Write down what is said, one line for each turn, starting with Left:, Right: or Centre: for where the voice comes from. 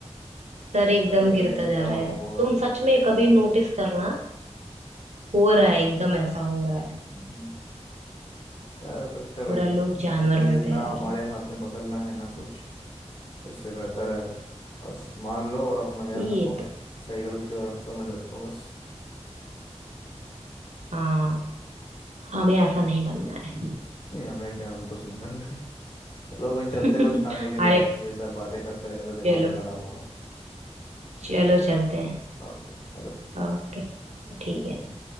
Right: सर एकदम
Left: पता नहीं भाई
Right: गिरता
Left: क्या
Right: जा
Left: होगा
Right: रहा है तुम सच में कभी नोटिस करना हो रहा है एकदम ऐसा हो रहा है
Left: हम्म, क्या कर सकते हैं
Right: पूरा
Left: भाई हम्म,
Right: लोग जानवर
Left: ये
Right: बनते
Left: ना
Right: जा
Left: हमारे
Right: रहे हैं
Left: हाथ में बदलना है ना कुछ इससे बेहतर है बस मान लो और अपना ध्यान
Right: ये
Left: रखो
Right: तो
Left: सही गलत का समझ रखो बस
Right: हाँ हमें ऐसा नहीं बनना है
Left: नहीं हमें क्या हम तो सिंगल चलो कोई
Right: <laughs>
Left: चलते हैं कुछ खाने के लिए
Right: अरे
Left: यार ये सब बातें करते रहेंगे तो दिमाग
Right: चलो
Left: ही खराब होगा
Right: चलो चलते हैं
Left: ओके
Right: ओके ठीक है